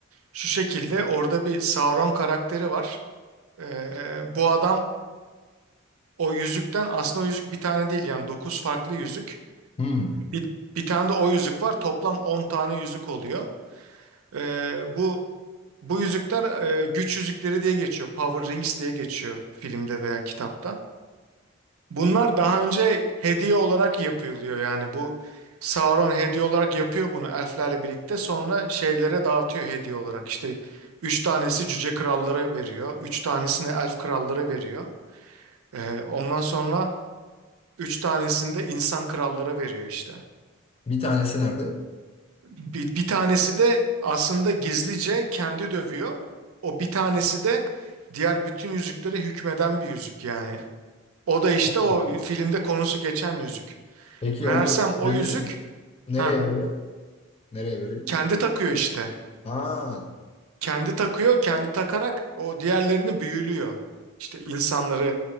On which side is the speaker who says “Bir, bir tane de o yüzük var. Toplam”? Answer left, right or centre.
Right